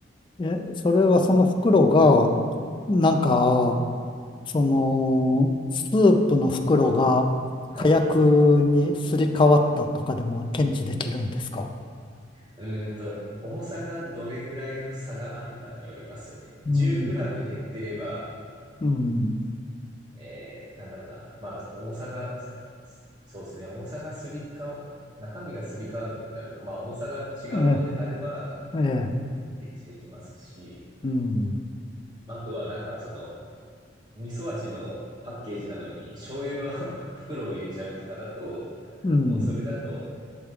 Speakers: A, on the left (about 25°); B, on the right (about 25°).
A: え、それはその袋が、なんか、その、スープの袋が火薬にすり替わったとかでも検知できるんですか
B: はい。うーんと、重さがどれぐらいの差があるかによりますよね。10g
A: うん、
B: 減ってれば、
A: うん、
B: えー、なんだろうな。まあ、重さが、そうですね。重さがすりか、中身がすり替わるってなると、まあ、重さが違うものであれば、
A: え、ええ、
B: 検知できますし、
A: うん、
B: まああとはなんかその、味噌味のパッケージなのに、醤油の <laughs> 袋を入れちゃうとかだと、
A: うん、
B: もうそれだと、